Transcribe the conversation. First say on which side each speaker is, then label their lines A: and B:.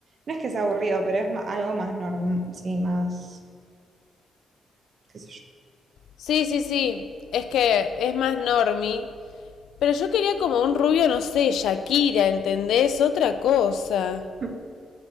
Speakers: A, on the right; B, on the left.
A: no es que sea aburrido, pero es ma- algo más normal, sí, más, qué sé
B: Sí, sí, sí. Es que es más normie. Pero yo quería como un rubio, no sé, Shakira, ¿entendés? Otra cosa.
A: yo. <laughs>